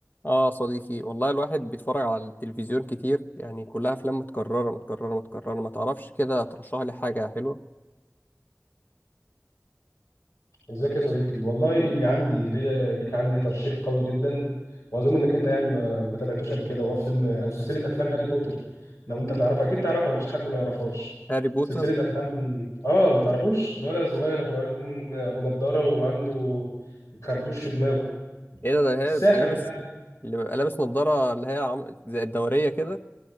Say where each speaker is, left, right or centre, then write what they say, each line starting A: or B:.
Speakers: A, on the left; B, on the left.
A: اه صديقي والله الواحد بيتفرج على التلفزيون كتير يعني كلها افلام متكرره متكرره متكرره ما تعرفش كده ترشح لي حاجه حلوه
B: ازيك يا صديقي والله عندي ليا ليك عندي ترشيح قوي جدا واظن انك انت يعني ما ما تابعتوش قبل كده وهو فيلم او سلسله افلام هاري بوتر لو انت تعرفها اكيد تعرفها مفيش حد ما يعرفهاش
A: هاري بوتر
B: سلسله افلام ال- اه ما تعرفوش الولد الصغير ابو عين ابو نضاره وعنده خربوش في دماغه
A: ايه ده ده هي
B: الساحر
A: بيبقى لابس
B: بتاع اه
A: اللي بيبقى لابس نظاره اللي هي عم... زي الدوريه كده